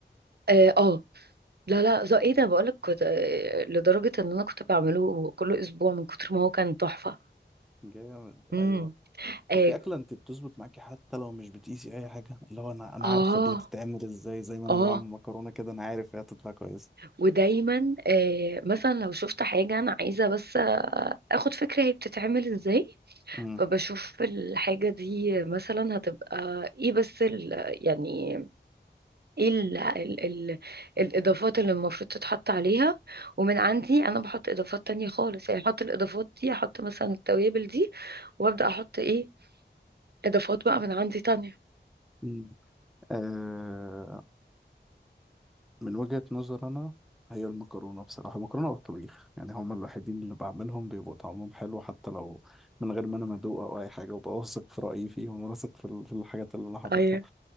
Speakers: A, on the right (about 60°); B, in the centre.
A: اه آه، لا لا زي ايه ده بقولك كنت آه لدرجه ان انا كنت بعمله كل اسبوع من كتر ما هو كان تحفه
B: جامد
A: امم
B: ايوه
A: اه
B: طب في اكله انت بتظبط معاكي حتى لو مش بتقيسي اي حاجه اللي هو انا انا
A: اه
B: عارفه دي هتتعمل ازاي زي ما انا
A: آه.
B: بعمل مكرونه كده انا عارف هي هتطلع كويسه
A: ودايما آه مثلا لو شفت حاجه انا عايزه بس آه اخد فكره هي بتتعمل ازاي
B: امم
A: فبشوف الحاجة دي مثلا هتبقى ايه بس ال يعني ايه ال ال ال الإضافات اللي المفروض تتحط عليها ومن عندي أنا بحط إضافات تانية خالص يعني أحط الإضافات دي أحط مثلا التوابل دي وأبدأ أحط ايه إضافات بقى من عندي تانية
B: امم آه من وجهه نظر انا هي المكرونه بصراحه المكرونه والطبيخ يعني هما الوحيدين اللي بعملهم بيبقوا طعمهم حلو حتى لو من غير ما انا مدوق او اي حاجه وببقى واثق في رايي فيهم واثق في ال- في الحاجات اللي انا حاططها
A: أيوه